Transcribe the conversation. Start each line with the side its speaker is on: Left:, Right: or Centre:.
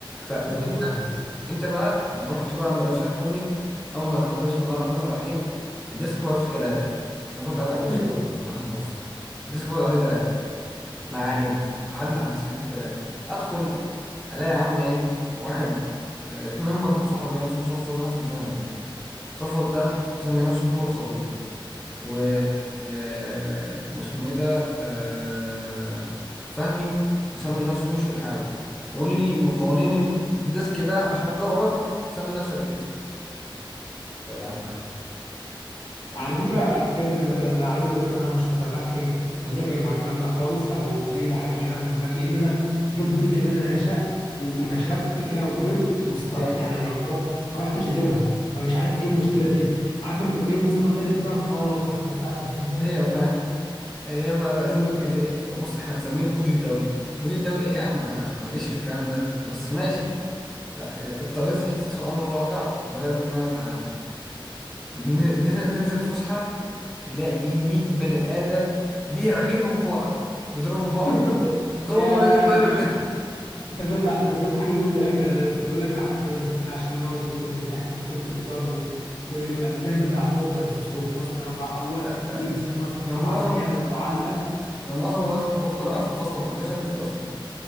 Centre: فانت
Left: جميله خالص
Centre: انت بقى رحت بقى مدرسة حكومي اول ما دخلت بسم الله الرحمن الرحيم الديسك بورد فيه ثلاثة انا كنت قاعد على كرسي
Left: <laughs>
Centre: لوحدي في مدرسة خاصة الديسك بورد عليه ثلاثة ما علينا قعدنا على الديسك اللي فيه ثلاثة ادخل الاقي يا عم ايه واحد اه، اتنين هما اتنين صحابي واحد اسمه صفوت واحد اسمه فهمي صفوت ده مسمي نفسه بيبو الخطيب و آه، واسمه ايه ده آه، فهمي مسمي نفسه مشو الحاوي وقول لي من قوانين الديسك ده عشان تقعد سمي نفسك اسم طب يا عم انا
Left: على
Centre: مش
Left: فكره انا بجد انا انا أنا عايز اقول لك ان انا مش متفهم مشاكلك مع الكلام ده خالص او ازاي ده حاجه غريبه بالنسبه لك لان انا دي البيئه اللي انا نشات و- ونشبت كده وكبرت وسطها
Centre: اه
Left: يعني انا ما رحت- ما رحتش غيرها فمش عارف ايه المشكله فيها عارف لما تبقى جاي من ثقافه تانيه فتعرف اه خد ده فعلا دي
Centre: ايوه فاهم غير بقى
Left: دي
Centre: دخلت
Left: مشكله
Centre: قال لي ايه طب بص احنا هنسميك بودي الدولي بودي الدولي ايه يا عم انا ماليش في الكلام ده بس ماشي آه، اضطريت حطيت في الامر الواقع وبدات ان انا اتعامل ن- نس- تنزل الفسحة تلاقي 100 بني آدم بيعجنوا في بعض بيضربوا في
Left: <laughs>
Centre: بعض بيضربوا
Left: يا
Centre: بعض ليه طيب؟
Left: يا
Centre: <laughs>
Left: انت بجد انت بجد حاجه زي دي اجدى انا كنت بقول لك احنا كنا بنستناه عشان نقعد نموت من الضحك ومن كتر الضرب و- ونبقى بنعمل بقى حروب بين فصول فصل رابعه اول
Centre: لا
Left: يمسك
Centre: آه،
Left: فصل
Centre: أنا
Left: رابعه
Centre: معظم
Left: تاني ياكل
Centre: أنا
Left: علقه
Centre: أنا أنا معظم الوقت كنت بفضل قاعد في الفصل ما برضاش أنزل أصلا